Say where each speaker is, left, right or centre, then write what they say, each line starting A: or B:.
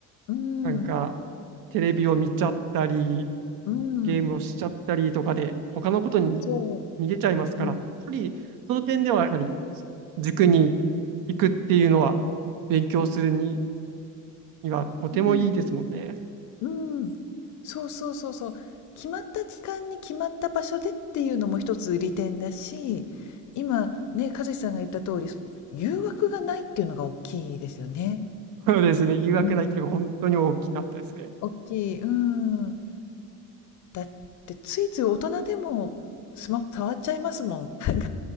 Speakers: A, on the left (about 55°); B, on the right (about 65°).
A: うん。
B: なんか、テレビを見ちゃったり、
A: うん。
B: ゲームをしちゃったりとかで、他のことに逃げちゃいますから、
A: そう、うん、
B: やはり、その点では、やはり、塾に行くっていうのは、勉強するに、にはとてもいいですもんね。
A: うん、うん。そうそうそうそう。決まった時間に決まった場所でっていうのも一つ利点だし、今ね、和志さんが言った通り、その誘惑がないっていうのが大きいですよね。
B: そうですね。誘惑ないっていうのが本当に大きかったですね。
A: うん、大きい。うん。だってついつい大人でもスマホ触っちゃいますもん。<laughs>